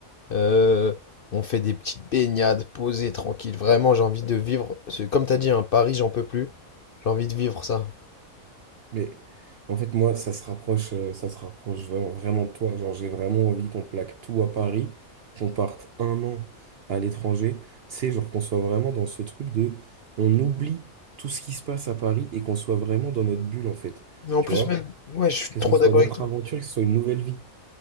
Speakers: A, on the left; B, on the right.
A: euh, on fait des petites baignades, posées, tranquilles. Vraiment, j'ai envie de vivre. ce- Comme t'as dit, hein, Paris, j'en peux plus. J'ai envie de vivre ça.
B: mais en fait, moi, ça se rapproche, euh, ça se rapproche vraiment, vraiment de toi. Genre, j'ai vraiment envie qu'on plaque tout à Paris, qu'on parte un an à l'étranger. Tu sais, genre qu'on soit vraiment dans ce truc de, on oublie tout ce qui se passe à Paris et qu'on soit vraiment dans notre bulle, en fait.
A: Mais en
B: Tu
A: plus,
B: vois?
A: même, ouais, je suis
B: Que
A: trop
B: ce soit
A: d'accord
B: notre
A: avec toi.
B: aventure, que ce soit une nouvelle vie.